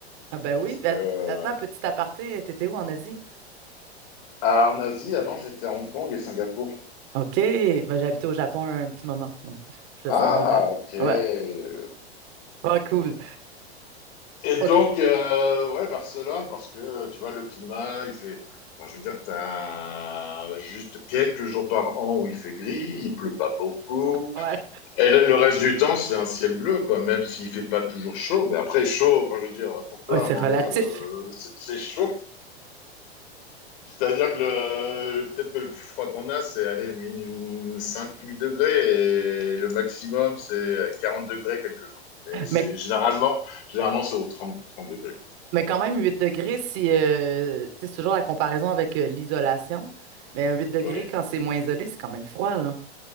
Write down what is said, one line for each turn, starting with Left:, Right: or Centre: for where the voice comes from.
Right: Ah ben
Left: Parce
Right: oui. Ben,
Left: que, euh,
Right: attends, petit aparté, t'étais où en Asie?
Left: ah, en Asie, avant, j'étais à Hong Kong et Singapour.
Right: OK. Ben, j'ai habité au Japon un petit moment, donc <laughs> je voulais
Left: Ah,
Right: savoir. euh,
Left: ok. <laughs>
Right: Ouais. Ouais, cool.
Left: Et donc,
Right: OK.
Left: euh, ouais, Barcelone, parce que, tu vois, le climat, il fait, enfin, je veux dire, t'as juste quelques jours par an où il fait gris, il pleut pas beaucoup.
Right: Ouais.
Left: Et le, le reste du temps, c'est un ciel bleu, quoi, même s'il fait pas toujours chaud. Mais après, chaud, enfin, je veux dire, pour toi,
Right: Ouais, c'est
Left: à Montréal,
Right: relatif.
Left: euh, c'est c'est chaud. C'est-à-dire que le, peut-être que le plus froid qu'on a, c'est aller cinq 8 degrés et le maximum, c'est 40 degrés quelques jours. Mais c'est
Right: Mais
Left: généralement, généralement, c'est aux trente trente degrés.
Right: Mais quand même, 8 degrés, si, euh, tu sais, c'est toujours la comparaison avec euh, l'isolation. Mais un 8 degrés,
Left: quoi. Oui,
Right: quand c'est moins isolé, c'est quand même froid, là.